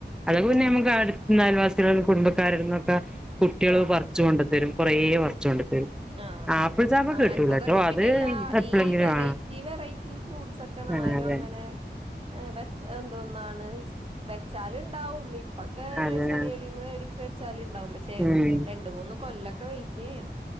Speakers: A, in the centre; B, on the right.
A: അതൊക്കെ പിന്നെ നമക്ക് അടുതുന്നയൽവാസികളും കുടുംബക്കാര് അവിടുന്നൊക്കെ കുട്ടികള്
B: ആഹ്
A: പറിച്ച് കൊണ്ട് തരും കൊറേ പറിച്ച് കൊണ്ട് തരും
B: ആഹ്
A: ആപ്പിൾ ചാമ്പ
B: അങ്ങനത്തതൊക്കെ
A: കിട്ടൂലട്ടോ അത്
B: പിന്നെല്ലാ
A: എപ്പളെങ്കിലും
B: ഈ വെറൈറ്റി
A: ആ
B: വെറൈറ്റി ഫ്രൂട്ടസ് ഒക്കെ നാരും
A: ആഹ് അതെ
B: അങ്ങനെ ഇഹ് വെക്ക് എന്തൂന്നാണ് വെച്ചാല് ഇണ്ടാവും പ്പക്കെ നേഴ്സറികളീന്ന്
A: അതെ
B: മേടിച്ച് വെച്ചാല് ഇണ്ടാവും പക്ഷെ
A: ഉം
B: രണ്ട് മൂന്ന് കൊല്ലക്ക വെയിറ്റ് യ്യണം